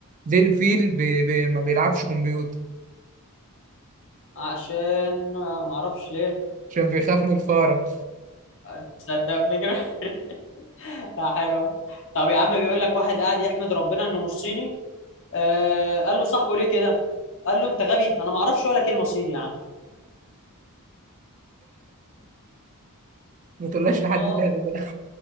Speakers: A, on the right (about 35°); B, on the left (about 60°).
A: ليه الفيل بي بي ما بيلعبش كمبيوتر
B: عشان آه، معرفش ليه
A: عشان بيخاف من الفارة
B: آه، تصدق فكرة <laughs> يا حلوة طب يا عم بيقول لك واحد قاعد يحمد ربنا انه مش صيني آه قال له صاحبه ليه كده قال له انت غبي انا معرفش ولا كلمة صيني يا عم
A: ما تقولهاش لحد
B: اه
A: تاني بقى